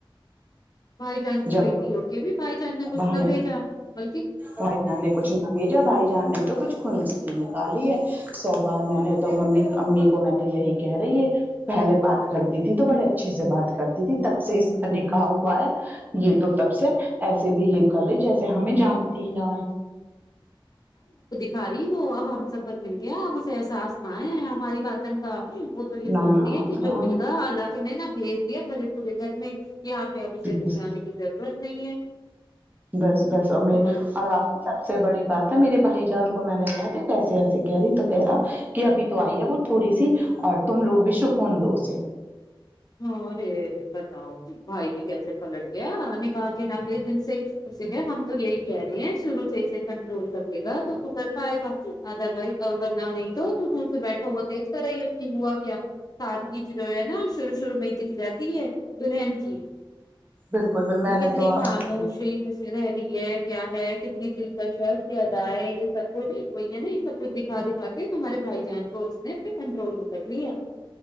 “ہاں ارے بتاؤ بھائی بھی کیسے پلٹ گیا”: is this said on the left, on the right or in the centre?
Left